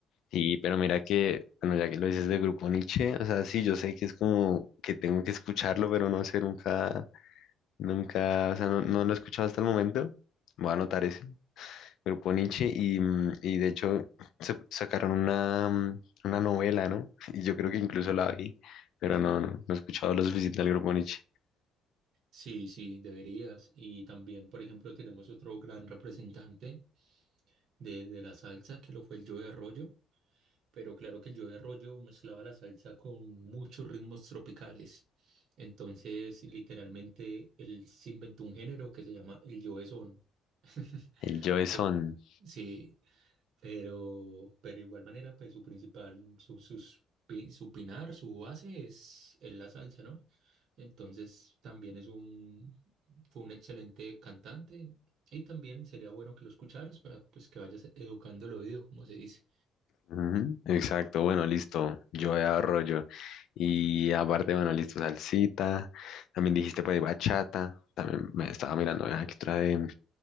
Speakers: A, on the left; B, on the right.
A: Sí, pero mira que, bueno, ya que lo dices de Grupo Nietzsche, o sea, sí, yo sé que es como que tengo que escucharlo, pero no sé, nunca, nunca, o sea, no, no lo he escuchado hasta el momento. Voy a anotar ese, Grupo Nietzsche, y, mm, y de hecho se- sacaron una, mm, una novela, ¿no? <laughs> Y yo creo que incluso la vi, pero no, no, no he escuchado lo suficiente al Grupo Nietzsche.
B: Sí, sí, deberías. Y también, por ejemplo, tenemos otro gran representante de, de la salsa, que lo fue el Joe Arroyo. Pero claro que el yo de rollo mezclaba la salsa con muchos ritmos tropicales. Entonces, literalmente, él se inventó un género que se llama el yo de son. <laughs>
A: El Joe Son.
B: Pe- Sí, pero, pero de igual manera, pues su principal, su, sus pi- su pinar, su base es, es la salsa, ¿no? Entonces también es un, fue un excelente cantante y también sería bueno que lo escucharas para pues que vayas educando el oído, como se dice.
A: Ujú, Exacto, bueno, listo, yo arroyo. Y aparte, bueno, listo, salsita, también dijiste pues bachata, también me estaba mirando eh, aquí otra de,